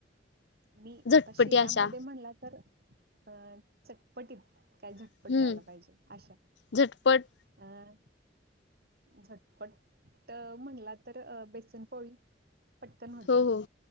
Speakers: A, on the right; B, on the left.
A: मी
B: झटपटी
A: आता शिऱ्यामध्ये
B: अशा
A: म्हणला तर अ चटपटीत काय झटपट
B: हम्म
A: व्हाला पाहिजे आशा
B: झटपट
A: अं झटपट म्हणला तर बेसनपोळी पटकन होत्या
B: हो हो